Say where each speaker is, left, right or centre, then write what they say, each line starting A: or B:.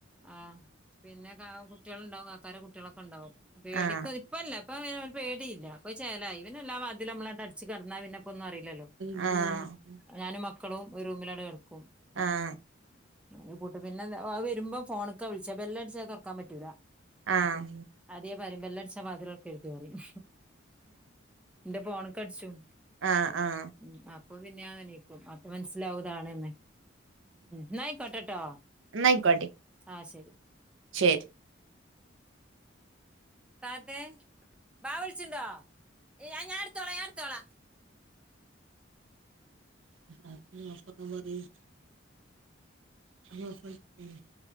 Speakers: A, in the centre; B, on the right (about 75°).
A: ആഹ് പിന്നെ കുട്ടികളുണ്ടാവും കാക്കാരെ കുട്ടികളൊക്കെ ഉണ്ടാവും പേടിക്ക
B: ആഹ്
A: ഇപ്പല്ല ഇപ്പ പേടിയില്ല ഇപ്പോ അത് ചേലായി പിന്നെ എല്ലാ വാതിലും നമ്മള് അട ച്ച് കടന്നാ പിന്നപ്പോന്നും അറിയില്ലല്ലോ?
B: ആഹ്
A: ഞാനും മക്കളും ഒരു റൂമിലണ്ട് കടക്കും
B: ആഹ്
A: ഉം പൂട്ട് പിന്നെ അത് വരുമ്പോ ഫോണ്ക്ക വിളിച്ച. ബെല്ലടിച്ചാ അത്‌ തുറക്കാൻ പറ്റൂല
B: ആഹ്
A: അതേ പറയും ബെല്ലടിച്ചാ വാതിൽ തുറക്കരുതെന്ന് പറയും ന്റെ ഫോണ്ക്ക് അടിച്ചും
B: ആഹ് ആഹ്
A: ഉം അപ്പോ പിന്നെ അതന്നായ്ക്കും അപ്പോ മനസ്സി ലാവും താണെന്ന് ന്നായിക്കോട്ടെട്ടോ
B: എന്നായിക്കോട്ടെ
A: ആഹ് ശരി
B: ശരി
A: പാത്തെ ബാ വിളിച്ച്ണ്ടോ ഇല്ല ഞാൻ എടുത്തോള ഞാൻ എടുത്തോളാ
B: <unintelligible> <unintelligible>